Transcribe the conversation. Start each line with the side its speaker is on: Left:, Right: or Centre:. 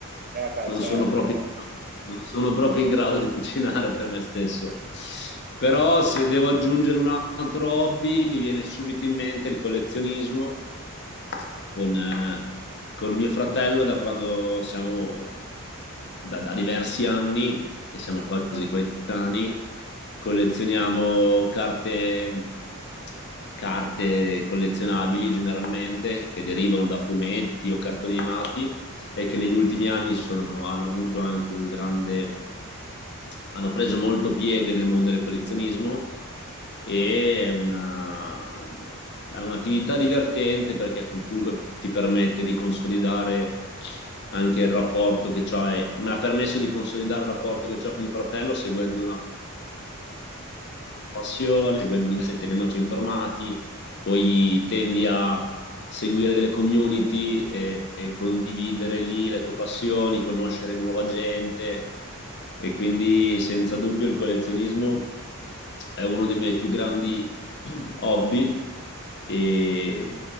Right: Eh beh,
Left: non
Right: certo,
Left: sono proprio,
Right: certo.
Left: non sono proprio in grado di cucinare per me stesso. Però se devo aggiungere un altro hobby, mi viene subito in mente il collezionismo con, eh, con mio fratello da quando siamo da, da diversi anni, che siamo quasi coetanei, collezioniamo carte, carte collezionabili generalmente che derivano da fumetti o cartoni animati e che negli ultimi anni sono, hanno avuto anche un grande, hanno preso molto piede nel mondo del collezionismo e è una, è un'attività divertente perché comunque ti permette di consolidare anche il rapporto che c'hai, mi ha permesso di consolidare il rapporto che ho con mio fratello seguendo una passione, seguendo un'interesse e tenendoci informati, poi tendi a seguire delle community e, e condividere lì le tue passioni, conoscere nuova gente e quindi senza dubbio il collezionismo è uno dei miei più grandi <clears throat> hobby e,